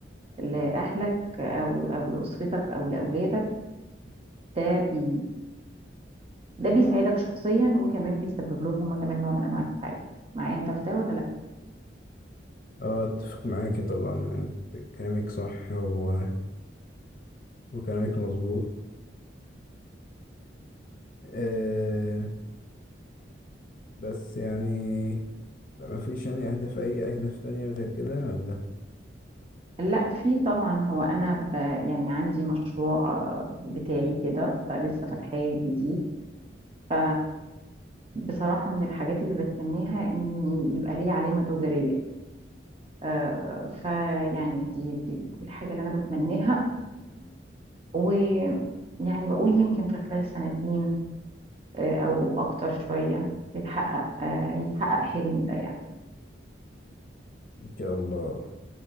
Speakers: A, on the right; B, on the left.
A: لاهلك او او لاسرتك او لاولادك ده بي ده بيساعدك شخصيا وكمان بيسبب لهم هم كمان نوع من انواع السعاده معايا انت في ده ولا لا
B: أه أتفق معاكي طبعا أنت بت- كلامك صح و... وكلامك مظبوط أه بس يعني بقى مفيش يعني أهداف أي أهداف تانية غير كده ولا
A: لا في طبعا هو انا ب... يعني عندي مشروع آه، بتاعي كده فلسه فاتحاه جديد ف بصراحة من الحاجات اللي بتمنيها إن يبقى ليه علامة تجارية آه فيعني دي, دي, دي الحاجة اللي أنا بتمنيها <clears throat> ويعني بقول يمكن في خلال سنتين آه أو أكتر شوية يتحقق آه يتحقق حلمي ده يعني
B: إن شاء الله